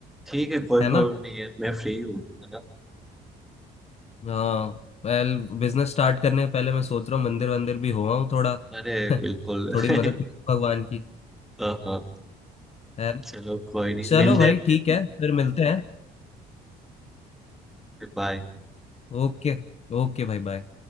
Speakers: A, in the centre; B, on the left.
A: ठीक है कोई
B: है
A: प्रॉब्लम
B: ना
A: नहीं है मैं फ्री हूँ है ना
B: हाँ वेल बिजनेस स्टार्ट करने से पहले मैं सोच रहा हूँ मंदिर वंदिर भी हो आऊँ थोड़ा
A: अरे
B: <laughs>
A: बिल्कुल
B: थोड़ी
A: <laughs>
B: मदद मिले भगवान की
A: हाँ हाँ
B: है ना
A: चलो कोई नहीं
B: चलो
A: मिलते
B: भाई
A: हैं फिर
B: ठीक
A: तो
B: है फिर
A: हाँ,
B: मिलते हैं
A: फिर बाय
B: ओके ओके भाई बाय